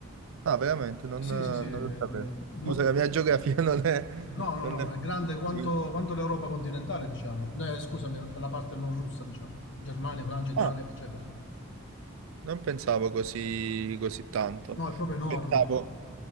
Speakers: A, on the right; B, on the left.
A: Ah, veramente, non,
B: Sì,
A: non
B: sì, sì. eh,
A: lo sapevo. Scusa,
B: mo-
A: la mia geografia <laughs> non è...
B: No, no,
A: Non
B: no,
A: è...
B: è
A: fondamentale.
B: grande quanto, quanto l'Europa continentale, diciamo. No, Eh, scusami, la parte non russa, diciamo. Germania, Francia, Italia,
A: Ah,
B: eccetera.
A: non pensavo così, così tanto.
B: No, è proprio enorme.
A: Pensavo,